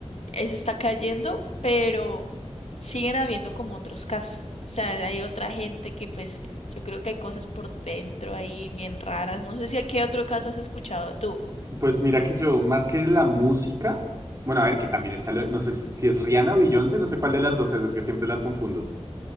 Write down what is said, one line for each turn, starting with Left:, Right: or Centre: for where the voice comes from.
Left: eso está cayendo, pero siguen habiendo como otros casos. O sea, hay otra gente que pues yo creo que hay cosas por dentro ahí bien raras. No sé si a qué otro caso has escuchado tú.
Right: Pues mira que yo, más que la música. Bueno, a ver, que también está. lo- No sé si, si es Rihanna o Beyoncé, no sé cuál de las dos es, es que siempre las confundo.